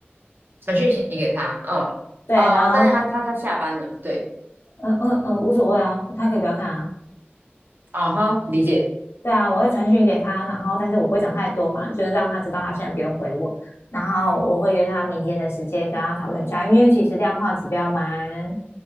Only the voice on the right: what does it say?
传讯息给他，嗯，
啊、
但是他他他下班了，对，
啊哈，理解，